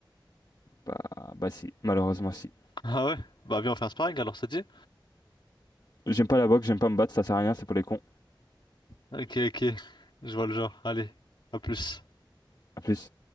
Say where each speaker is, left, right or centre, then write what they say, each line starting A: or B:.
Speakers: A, on the left; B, on the left.
A: Bah, bah si, malheureusement si.
B: Ah ouais? Bah, viens, on fait un sparring, alors, ça te dit?
A: J'aime pas la boxe, j'aime pas me battre, ça sert à rien, c'est pour les cons.
B: Ok, ok. Je vois le genre. Allez, à plus.
A: À plus.